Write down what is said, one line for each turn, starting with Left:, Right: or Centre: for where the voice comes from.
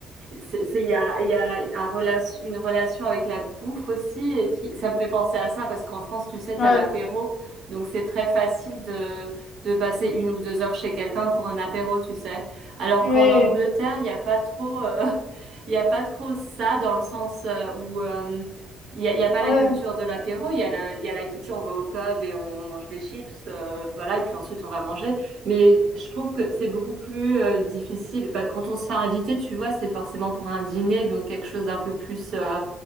Right: C'est, c'est- il y a, il y a un relation, une relation avec la bouffe aussi, et qui, ça me fait penser à ça, parce qu'en France, tu sais, t'as
Left: Ouais.
Right: l'apéro, donc c'est très facile de, de passer une ou deux heures chez quelqu'un pour un apéro, tu sais. Alors
Left: Oui.
Right: qu'en Angleterre, il n'y a pas trop, euh, <laughs> il y a pas trop ça, dans le sens euh, où euh, il n'y a, il y a pas
Left: Ouais.
Right: la culture de l'apéro, il y a la, il y a la culture, on va au pub et on mange des chips, euh, voilà, et puis ensuite on va manger. Mais je trouve que c'est beaucoup plus euh, difficile. Bah, quand on se fait inviter, tu vois, c'est forcément pour un dîner, donc quelque chose d'un peu plus euh,